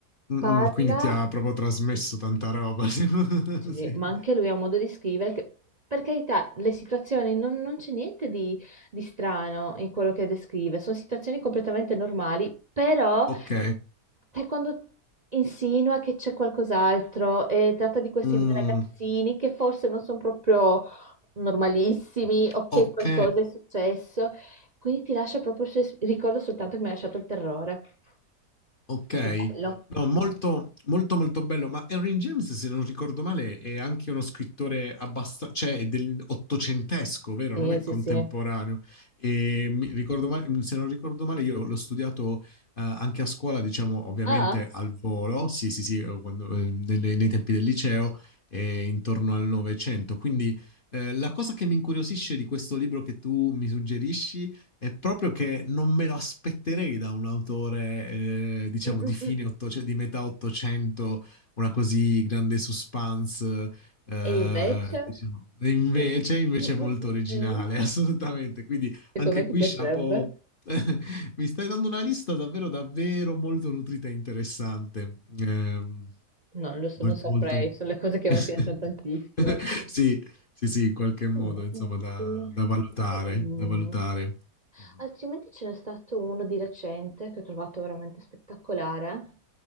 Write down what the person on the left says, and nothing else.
Mm,
mm, quindi ti ha proprio trasmesso tanta roba. <laughs>
Sì.
Ok.
Mm,
ok,
ok.
No, molto, molto, molto bello. Ma Henry James, se non ricordo male, è anche uno scrittore abbastanza, cioè è del ottocentesco, vero?
Non è
contemporaneo.
E mi ricordo male- se non ricordo male, io l'ho studiato eh, anche a scuola, diciamo, ovviamente
al volo, sì, sì, sì, eh, quando- eh, nelle- nei tempi del liceo, eh, intorno al Novecento. Quindi eh, la cosa che mi incuriosisce di questo libro che tu mi suggerisci è proprio che non me lo aspetterei da un autore, eh, diciamo,
di fine
800 di metà 800, una così grande suspense. eh,
diciamo. E invece,
invece
è molto
originale,
<laughs> assolutamente. Quindi
anche
qui,
chapeau. <laughs> Mi stai dando una lista davvero, davvero molto nutrita e interessante. Ehm,
Molto,
molto.
<laughs>
Sì, sì, sì, in qualche
modo, insomma, da, da valutare,
da valutare. Mhm.